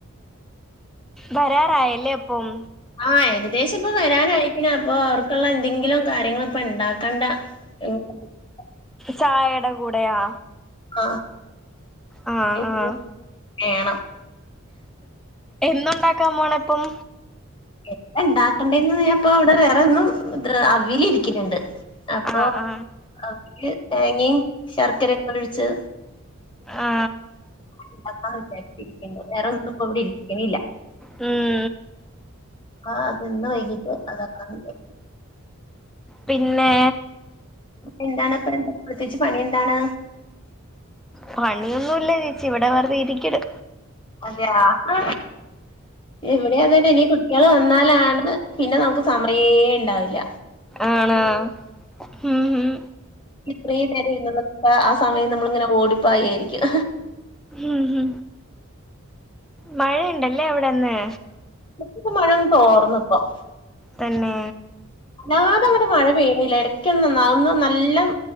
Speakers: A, in the centre; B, on the left.
A: വരാറായല്ലേ അപ്പം.
B: ആഹ് ഏകദേശം ഇപ്പ വരാനായിക്കിന് അപ്പൊ അവർക്കുള്ള എന്തെങ്കിലും കാര്യങ്ങള് ഇപ്പൊ ഇണ്ടാക്കണ്ട. മ്മ്
A: ചായടെ കൂടെയാ
B: ആ
A: ആ
B: എന്തെങ്കിലും
A: ആഹ്
B: വേണം.
A: എന്തുണ്ടാക്കാൻ പോണേ ഇപ്പം.
B: എന്താണ്ടാക്കണ്ടേന്ന് ഞാന്പ്പോ അവടെ വേറൊന്നും അവീലിരിക്ക്‌ന്നുണ്ട്. അപ്പൊ
A: ആ ആ
B: അതില് തേങ്ങയും ശർക്കരയൊകെ ഒഴിച്ച്.
A: ആ
B: നണ്ടാക്കന്ന് <unintelligible> വിചാരിച്ചിരിക്ക വേറൊന്നുപ്പോ ഇവിടെ ഇരിക്കണില്ല.
A: മ്മ്
B: ആഹ് അപ്പൊ ഇന്ന് വൈകീട്ട് അതാക്കാ വിചാരിച്ച്.
A: പിന്നെ
B: എന്താണ് ഇപ്പ എന്താ പ്രത്യേകിച്ച് പണിയെന്താണ്.
A: പണിയൊന്നുല്ലാ ചേച്ചി ഇവിടെ വെറുതെയിരിക്കണ്.
B: അതെയാ ആ ഇവിടിയതന്നെ ഇനി കുട്ട്യാള് വന്നാലാണ്. പിന്നെ നമുക്ക് സമയേണ്ടാവില്ല.
A: ആണോ ഉം ഉം
B: ഇത്രയും നേരം ഇരുന്നതൊക്ക ആ സമയം നമ്മളിങ്ങനെ ഓടിപ്പായിയിരിക്കും.
A: മ്മ്ഹ് മഴയുണ്ടല്ലേ അവിടെ ഇന്ന്.
B: ഇപ്പൊ മഴയൊന്ന് തോർന്നിപ്പം.
A: തന്നെ
B: വല്ലാതങ്ങട് മഴ പെയ്യണില്ല ഇടക്കൊന്ന് ആ ഒന്ന് നല്ലം